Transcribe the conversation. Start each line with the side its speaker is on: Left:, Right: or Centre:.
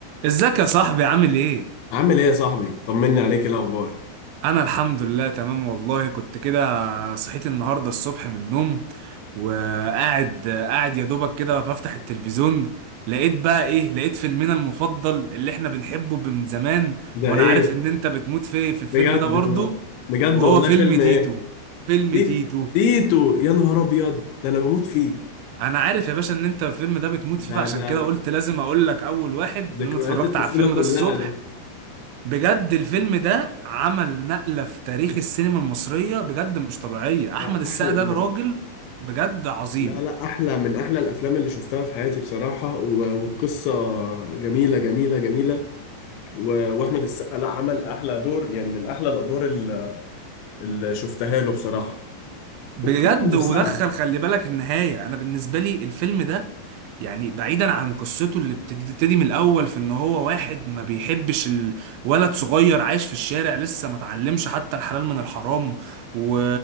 Right: ازيك يا صاحبي عامل ايه؟
Left: عامل ايه يا صاحبي طمني عليك إيه الاخبار
Right: انا الحمد لله تمام والله كنت كده صحيت النهارده الصبح من النوم وقاعد قاعد يا دوبك كده بفتح التلفزيون لقيت بقى ايه لقيت فيلمنا المفضل اللي احنا بنحبه من زمان
Left: ده
Right: وانا
Left: ايه
Right: عارف ان انت بتموت في في الفيلم
Left: بجد
Right: ده برضو
Left: بجد
Right: وهو
Left: والله
Right: فيلم
Left: فيلم
Right: تيتو
Left: ايه
Right: فيلم
Left: تي-
Right: تيتو
Left: تيتو يا نهار ابيض ده انا بموت فيه
Right: انا عارف يا باشا ان انت الفيلم ده بتموت فيه
Left: ده
Right: فعشان
Left: ده
Right: كده قلت لازم اقول لك اول واحد
Left: ذكريات
Right: ان انا اتفرجت
Left: الطفوله
Right: على الفيلم
Left: كلها
Right: ده الصبح
Left: ده
Right: بجد الفيلم ده عمل نقلة في تاريخ السينما المصرية بجد مش طبيعية أحمد
Left: لا
Right: السقا
Left: احلى
Right: ده
Left: من
Right: راجل بجد عظيم
Left: لا لا احلى من احلى الافلام اللي شفتها في حياتي بصراحه و- والقصه جميله جميله جميله و- واحمد السقا لا عمل احلى دور يعني من احلى الادوار اللي اللي شفتها له بصراحه
Right: بجد
Left: والقصه نفسها
Right: ودخل خلي بالك النهاية أنا بالنسبة لي الفيلم ده يعني بعيدا عن قصته اللي بتبتدي من الأول في إن هو واحد ما بيحبش الولد صغير عايش في الشارع لسه ما اتعلمش حتى الحلال من الحرام و...